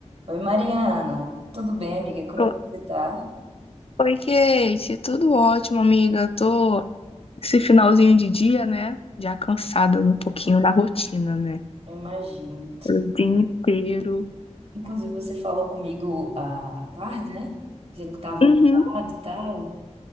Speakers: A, on the right; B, on the left.
A: Oi, Mariana. Tudo bem, amiga? Como
B: O-
A: é que você tá?
B: Oi, Kate, tudo ótimo, amiga. Tô esse finalzinho de dia, né? Já cansada um pouquinho da rotina, né?
A: Eu imagino.
B: O dia inteiro.
A: Inclusive, você falou comigo à à tarde, né? Dizendo que estava
B: Uhum.
A: ocupado e tal.